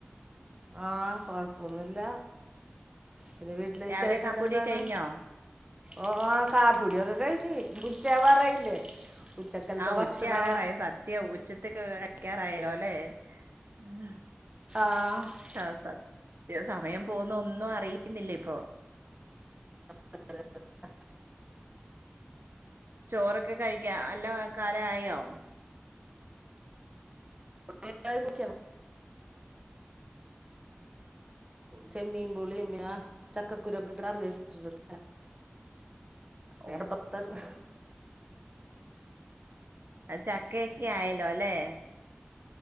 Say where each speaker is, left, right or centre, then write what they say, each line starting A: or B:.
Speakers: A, on the right (about 20°); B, on the right (about 65°).
A: ആഹ് കൊഴപ്പൊന്നുല്ല പിന്നെ വീട്ടിലെ
B: രാവിലെ
A: വിശേഷൊക്കെന്താണ്
B: കാപ്പൂടി കഴിഞ്ഞോ
A: ഓഹ് ആഹ് കാപ്പി കുടീക്കെ കഴിഞ്ഞ് ഉച്ചാവാറായില്ലേ ഉച്ചക്കലത്തെ
B: ആ
A: ഭക്ഷണാവാ
B: ഉച്യാകാറായ് സത് ധ്യ ഉച്ചത്തേക്ക് കഴിക്കാറായലോലെ ഉം
A: ആഹ്
B: ആഹ് സത്യം സമയം പോവ്ന്നൊന്നും അറിയിന്നില്ലിപ്പോ
A: <inaudible>
B: ചോറൊക്കെ കഴിക്കാ അല്ല കാലായോ
A: <inaudible> ആഹ് ചെമ്മീൻ പൂളയും <unintelligible> ചക്കക്കുരു ഒക്കെട്ട് കറി വെച്ച്ട്ട് കറി
B: ഓഹ്
A: അട്പത്ത്ണ്ട്
B: ചക്കേക്കെ ആയല്ലോല്ലേ